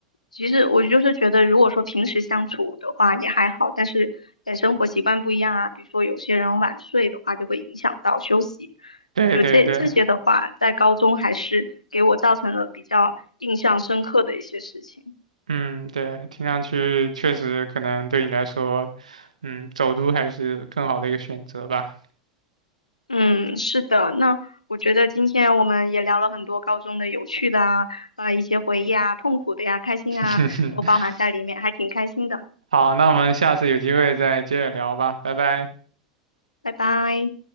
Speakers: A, on the left; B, on the right.
A: 其实我就是觉得，如果说平时相处的话也还好，但是在生活习惯不一样啊，比如说有些人晚睡的话，就会影响到休息。
B: 对对对，
A: 就这这些的话，在高中还是给我造成了比较印象深刻的一些事情。
B: 嗯，对，听上去确实可能对你来说，嗯，走读还是更好的一个选择吧。
A: 嗯，是的，那我觉得今天我们也聊了很多高中的有趣的啊，啊、一些回忆啊，痛苦的呀，开心啊，
B: <laughs>
A: 都包含在里面，还挺开心的。
B: 好，那我们下次有机会再接着聊吧，拜拜。
A: 拜拜。